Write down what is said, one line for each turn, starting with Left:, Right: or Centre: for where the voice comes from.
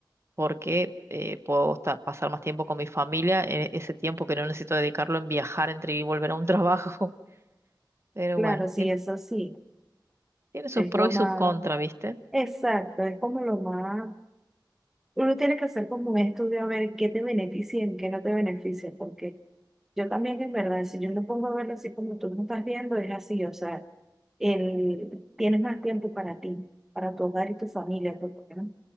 Right: porque eh, puedo esta- pasar más tiempo con mi familia, eh, ese tiempo que no necesito dedicarlo en viajar entre ir y volver a un trabajo. <laughs> Pero
Centre: Claro,
Right: bueno,
Centre: sí,
Right: tiene,
Centre: eso sí,
Right: tiene sus
Centre: es
Right: pros
Centre: lo
Right: y sus
Centre: más
Right: contras, ¿viste?
Centre: exacto, es como lo más, uno tiene que hacer como un estudio a ver qué te beneficia y qué no te beneficia, porque yo también en verdad, si yo lo pongo a verlo así como tú lo estás viendo, es así, o sea, el, tienes más tiempo para ti, para tu hogar y tu familia, porque ¿no?